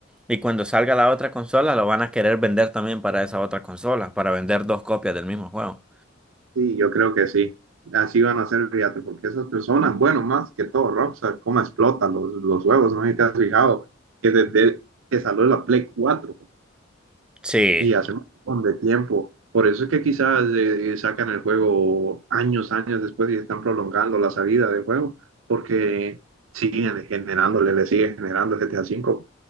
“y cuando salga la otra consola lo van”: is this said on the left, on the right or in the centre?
Centre